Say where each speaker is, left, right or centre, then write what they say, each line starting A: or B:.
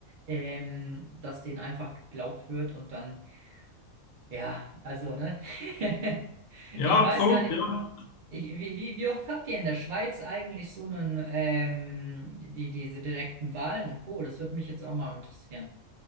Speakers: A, on the right; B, on the left.
A: ähm, dass denen einfach geglaubt wird und dann ja, also, ne? <laughs>
B: Ja,
A: Ich weiß
B: absolut,
A: gar nicht,
B: ja.
A: ich, wie, wie, wie oft habt ihr in der Schweiz eigentlich so einen, ähm, die, diese direkten Wahlen und Co.? Das würde mich jetzt auch mal interessieren.